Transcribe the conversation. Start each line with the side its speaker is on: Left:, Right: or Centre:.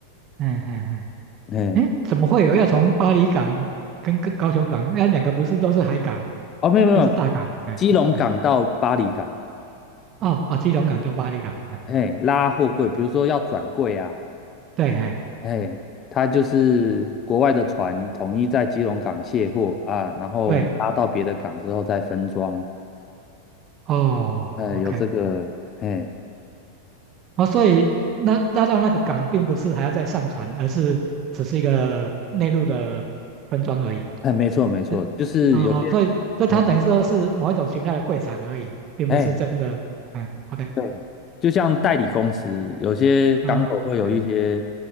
Right: 嗯嗯
Left: 嘿，
Right: 嗯，哎，怎么会有要从巴黎港跟跟高雄港？那两个不是都是海港，
Left: 哦，没有没有，
Right: 都是大港，哎，
Left: 基隆港到巴黎港，
Right: 哎，哦，哦，基隆港到巴黎港，哎。
Left: 嘿，拉货柜，比如说要转柜啊，
Right: 对，哎，
Left: 嘿，它就是国外的船统一在基隆港卸货啊，然后我们拉到别的港之后再分装。
Right: 对，哦，OK，
Left: 呃，有这个，哎，
Right: 哦，所以那那到那个港并不是还要再上船，而是只是一个内陆的分装而已。
Left: 哎，没错没错，
Right: 嗯
Left: 就是有些，
Right: 哦，所以所以它等于说是某一种形态的柜场而已，
Left: 哎
Right: 并不是真的。
Left: 哎，
Right: 嗯，OK，
Left: 对，就像代理公司，有些港口会有一些，
Right: 嗯，啊哎，